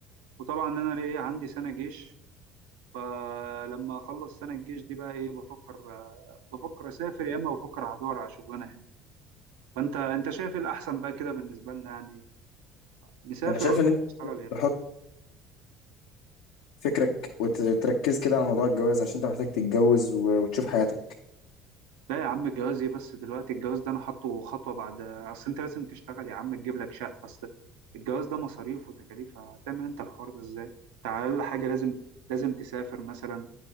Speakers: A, on the right (about 85°); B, on the left (about 80°).
A: وطبعا انا ليه عندي سنه جيش فلما اخلص سنه الجيش دي بقى ايه بفكر آه، بفكر اسافر يا اما بفكر هدور على شغلانه هنا فانت انت شايف إيه الاحسن بقى كده بالنسبه لنا يعني نسافر
B: انا شايف
A: ولا
B: ان انت
A: نشتغل هنا
B: تحط فكرك وت- وتركز كده على موضوع الجواز عشان انت محتاج تتجوز و- وتشوف حياتك
A: لا يا عم الجواز ايه بس دلوقتي الجواز ده انا حاطه خطوه بعد اصل انت لازم تشتغل يا عم تجيب لك شقه اصل الجواز ده مصاريف وتكاليف هتعمل انت الحوار ده ازاي؟ انت على اقل حاجه لازم لازم تسافر مثلا